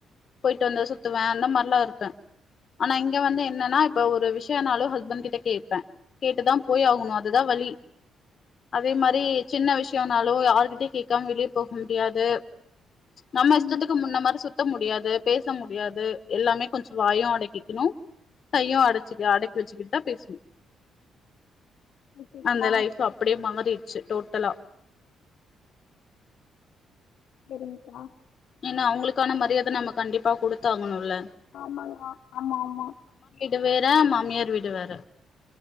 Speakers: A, on the left (about 50°); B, on the left (about 75°).
A: போயிட்டு வந்த சுத்துவ அந்த மாதிரிலா இருப்ப ஆனா இங்க வந்து என்னன்னா இப்ப ஒரு விஷயனாலு ஹஸ்பண்ட் கிட்ட கேட்ப கேட்டுதா போய் ஆகணு அதுதா வழி அதே மாரி சின்ன விஷயம்னாலு யாருகிட்டயு கேட்காம வெளியே போக முடியாது நம்ம
B: ம்
A: இஷ்டத்துக்கு முன்ன மாரி சுத்த முடியாது. பேச முடியாது எல்லாமே கொஞ்சோ வாயு அடைக்கிக்கணு கையு அடைச்சு அடைக்கி வச்சுக்கிட்டு தா பேசணு
B: ஓகேக்கா
A: அந்த லைஃப் அப்படியே மாறிட்டு ச்சு டோட்டலா
B: செரிங்கக்கா
A: ஏனா அவங்களுக்கான மரியாத நம்ம கண்டிப்பா குடுத்தாங்கணுல
B: ஆமாங்கா ஆமா ஆமா
A: து வேற மாமியார் வீடு வேற